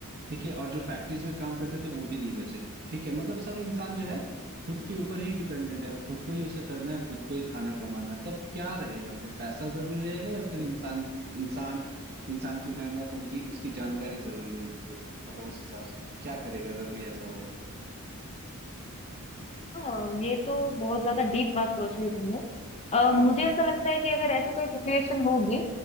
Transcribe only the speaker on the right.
ठीक है और जो फैक्ट्रीज में काम करते थे वो भी नहीं बचे ठीक है मतलब सब इंसान जो है खुद के ऊपर ही डिपेंडेंट है अब खुद को ही उसे करना है खुद को ही खाना कमाना है तब क्या रहेगा फिर पैसा जरूरी रहेगा या फिर इंसान इंसान इंसान की मेहनत उनकी उसकी जानकारी जरूर रहेगी फिर मतलब उस हिसाब से क्या करेगा अगर कोई ऐसा हो जाए तो
हाँ